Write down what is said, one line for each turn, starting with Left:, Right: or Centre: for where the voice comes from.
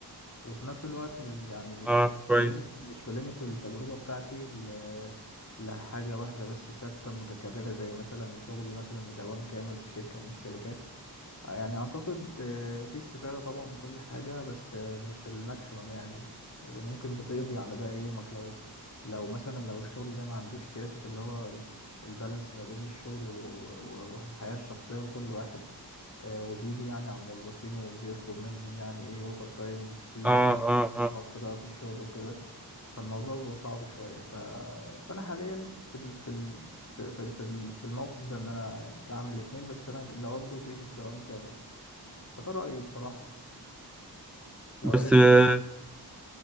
Left: وفي نفس الوقت يعني مش
Centre: اه
Left: مش
Centre: كويس
Left: بلمت مش بلمت التجربه بتاعتي ل- لحاجه واحده بس ثابته متكرره زي مثلا شغل مثلا بدوام كامل في شركه من الشركات يعني اعتقد آه، في استفادة طبعا وكل حاجة بس آه، مش الماكسيمم يعني وممكن بتقضي على باقي يومك لو لو مثلا لو الشغل ده ما عندوش سياسة اللي هو ال- البالانس ما بين الشغل و- و- و- والحياة الشخصية لكل واحد آه، وبيجي يعني على الموظفين وبيطلب منهم يعني ايه اوفر تايم كتير
Centre: اه
Left: و-
Centre: اه
Left: وضغط
Centre: اه
Left: بقى في الشغل وكده فالموضوع بيبقى صعب شوية ف... فأنا حاليا في ال... في ال... في في في في الموقف ده ان انا يعني بعمل الاثنين بس انا دوام جزئي مش دوام كامل فده رأيي بصراحة لو
Centre: بس
Left: عرفت
Centre: آه،